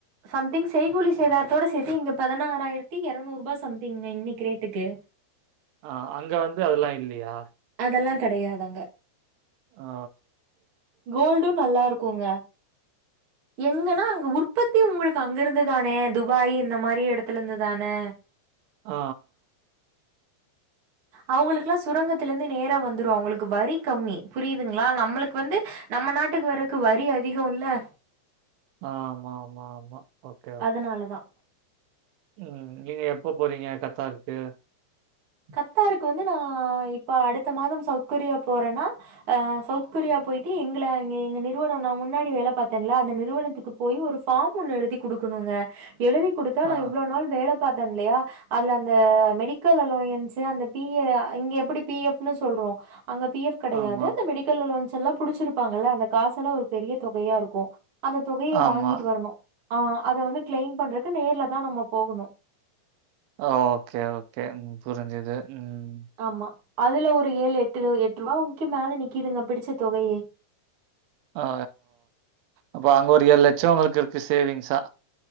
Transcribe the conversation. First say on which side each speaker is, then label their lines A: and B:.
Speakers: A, on the right; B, on the right.
A: சம்திங் செய்கூலி சேதாரத்தோட சேத்தி இங்க பதினறாயிரத்தி எரநூறு ரூபா சம்திங்க இன்னைக்கு ரேட்டுக்கு
B: ஆ அங்க வந்து அதெல்லா இல்லியா
A: அதெல்லா கெடையாதங்க
B: ஆ
A: கோல்டு நல்லாருக்குங்க எங்கன்னா அங்க உற்பத்தி உங்களுக்கு அங்கிருந்து தானே துபாய் இந்த மாரி எடத்துலருந்து தானே
B: ஆ
A: அவுங்களுக்கெல்லா சுரங்கத்துல இருந்து நேர வந்துரு அவங்களுக்கு வரி கம்மி புரியுதுங்களா நம்மளுக்கு வந்து நம்ம நாட்டுக்கு வரக்கு வரி அதிகோல்ல
B: ஆ ஆமா ஆமா ஆமா ஓகே, ஓகே.
A: அதனாலதா
B: ம் நீங்க எப்ப போறீங்க கத்தாருக்கு
A: கத்தாருக்கு வந்து நான் இப்ப அடுத்த மாதம் சவுத் கொரியா போறன்னா அ சவுத் கொரியா போயிட்டு எங்கள அங்க எங்க நிறுவனம் நா முன்னாடி வேல பாத்தேன்ல அந்த நிறுவனத்துக்கு போய் ஒரு பார்ம் ஒண்ணு எழுதி குடுக்கணுங்க எழுதி குடுத் தா
B: ஆ,
A: நா இவ்ளோ நாள் வேல பாத்தன்லையா அதுல அந்த மெடிக்கல் அல்லோய ன்சு அந்த பி அ இங்க எப்டி பி எப் னு சொல்றோ அங்க பி ஃப் கெடையாது
B: ஆமா,
A: அந்த மெடிக் கல் அல்லோன்ஸ்ஸெல்லா புடிச்சிருப்பாங்கல்ல அந்த காசெல்லா ஒரு பெரிய தொகையா இருக்கு அந்த தொகைய
B: ஆமா.
A: வாங்கீட்டு வரணு ஆ அத வந்து கிளைம் பண்றக்கு நேர்லதா நம்ம போகணு
B: அ ஓகே ஓகே ம் புரிஞ்சுது ம்
A: ஆமா அதுல ஒரு ஏழு எட்டுல எட்ரூபா வரைக்கு மேல நிக்கிதுங்க பிடிச்ச தொகையே
B: ஆ அப்ப அங்க ஒரு ஏழு லச்சோ உங்களுக்கு இருக்கு சேவிங்ஸா